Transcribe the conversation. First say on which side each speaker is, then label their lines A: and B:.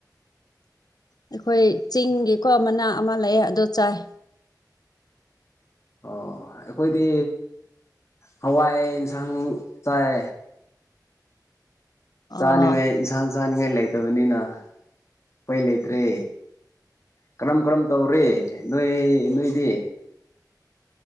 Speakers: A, on the left; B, on the left.
A: ꯑꯩꯈꯣꯏ ꯆꯤꯡꯒꯤꯀꯣ ꯃꯅꯥ ꯑꯃ ꯂꯩꯌꯦ ꯑꯗꯣ ꯆꯥꯏ
B: ꯑꯣ ꯑꯩꯈꯣꯏꯗꯤ ꯍꯋꯥꯏ ꯑꯦꯟꯁꯥꯡ ꯆꯥꯏ ꯆꯥꯅꯤꯉꯥꯏ
A: ꯑꯣ
B: ꯏꯟꯁꯥꯡ ꯆꯥꯅꯤꯡꯉꯥꯏ ꯂꯩꯇꯕꯅꯤꯅ ꯑꯩꯈꯣꯢ ꯂꯩꯇ꯭ꯔꯦ ꯀꯔꯝ ꯀꯔꯝ ꯇꯧꯔꯤ ꯅꯣꯏ ꯅꯣꯏꯗꯤ